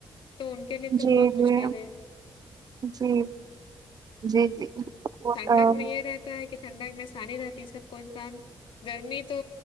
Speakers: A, on the left (about 80°); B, on the right (about 50°).
A: تو ان کے لیے تو
B: جی
A: بہت
B: جی
A: مشکل ہے
B: جی جی جی وہ
A: ٹھنڈک
B: تو ہے۔
A: میں یہ رہتا ہے کہ ٹھنڈک میں آسانی رہتی ہے سب کو انسان گرمی تو